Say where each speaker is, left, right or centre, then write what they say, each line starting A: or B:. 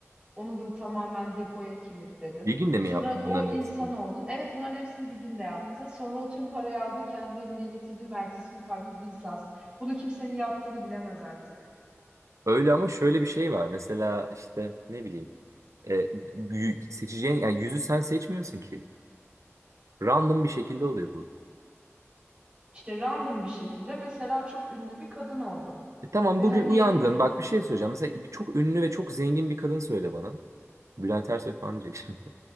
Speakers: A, on the right; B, on the right.
A: Onu da tamamen depoya kilitledin.
B: Bir günde mi
A: Sonra
B: yaptın
A: o
B: bunların
A: insan
B: hepsini?
A: oldun. Evet bunların hepsini bir günde yaptın. Sonra o tüm parayı aldın kendi evine getirdin ve ertesi gün farklı bir insansın. Bunu kimsenin yaptığını bilemez artık.
B: Öyle ama şöyle bir şey var. Mesela işte ne bileyim e, y- seçeceğin yani yüzü sen seçmiyorsun ki. Random bir şekilde oluyor bu.
A: İşte random bir şekilde mesela çok ünlü bir kadın oldum.
B: E, tamam
A: Ve
B: bugün
A: hani
B: uyandın. Bak bir şey söyleyeceğim. Mesela bir- çok ünlü ve çok zengin bir kadın söyle bana. Bülent Ersoy falan diyeceksin.